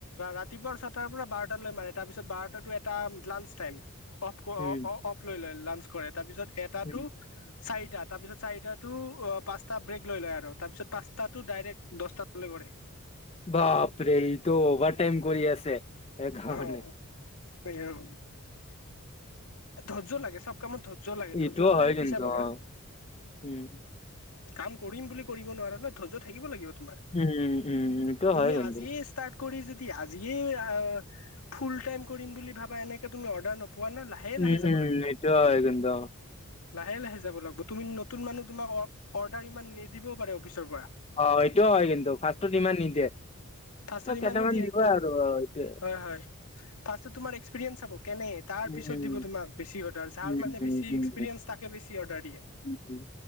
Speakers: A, on the left; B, on the left.
A: ৰাতিপুৱা ছটাৰ পৰা বাৰটালৈ মাৰে, তাৰপিছত বাৰটাটো এটা লাঞ্চ টাইম। অফ
B: উম,
A: অ অ অফ লৈ লয় লাঞ্চ কৰে তাৰপিছত এটাটো
B: উম,
A: চাৰিটা তাৰপিছত চাৰিটাটো পাঁচটা ব্ৰেক লৈ লয় আৰু তাৰপিছত পাঁচটাটো ডাইৰেক্ দছটা লৈকে কৰে।
B: বাপৰে এইটো অভাৰটাইম কৰি আছে। সেইকাৰণে।
A: অহ এয়াও ধৈৰ্য্য লাগে চব কামত ধৈৰ্য্য লাগে
B: এইটোও
A: ধৈৰ্য্য হলেহে
B: হয় কিন্তু
A: পিছা পাবা।
B: অ', উম,
A: কাম কৰিম বুলি কৰিব নোৱাৰা ন ধৈৰ্য্য থাকিব লাগিব তোমাৰ।
B: উম উম উম সেইটো
A: তুমি
B: হয় কিন্তু।
A: আজিয়ে ষ্টাৰ্ট কৰি যদি আজিয়েই আ ফুল টাইম কৰিম বুলি ভাবা এনেকে তুমি অৰ্ডাৰ নোপোৱা ন লাহে লাহে
B: উম,
A: লাহে যাব
B: উম,
A: লাগিব।
B: এইটোও হয় কিন্তু
A: লাহে লাহে যাব লাগিব তুমি নতুন মানুহ তোমাক অৰ্ডাৰ ইমান নিদিবও পাৰে অফিচৰ পৰা।
B: অ সেইটোয়ো হয় কিন্তু ফাৰ্ষ্টত ইমান নিদিয়ে।
A: ফাৰ্ষ্টত ইমান
B: কেইটামান
A: নিদিয়ে
B: দিব
A: তুমি
B: আৰু অ', এইটোৱে।
A: হয় হয় ফাৰ্ষ্টত তোমাৰ এক্সপিৰিয়েঞ্চ চাব কেনে তাৰ
B: উম,
A: পিছত
B: উম,
A: দিব তোমাক বেছি অৰ্ডাৰ যাৰ
B: উম,
A: মানে
B: উম,
A: বেছি
B: উম, উম,
A: এক্সপিৰিয়েঞ্চ তাকে বেছি অৰ্ডাৰ দিয়ে।
B: উম, উম।